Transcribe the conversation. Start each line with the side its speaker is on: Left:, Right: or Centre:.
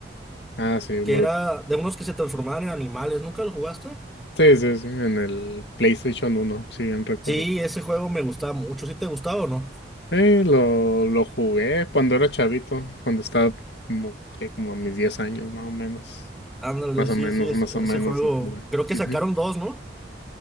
Left: Ah, sí,
Centre: que
Left: lo,
Centre: era de unos que se transformaban en animales. ¿Nunca lo jugaste?
Left: sí, sí, sí, en el PlayStation uno, si bien recuerdo.
Centre: Sí, ese juego me gustaba mucho. ¿Sí te gustaba o no?
Left: Eh, lo, lo jugué cuando era chavito, cuando estaba como, que como a mis 10 años, más o menos.
Centre: Ándale,
Left: Más
Centre: sí,
Left: o menos,
Centre: sí, es-
Left: más o menos
Centre: ese juego.
Left: lo jugué.
Centre: Creo que
Left: Ujú.
Centre: sacaron dos, ¿no?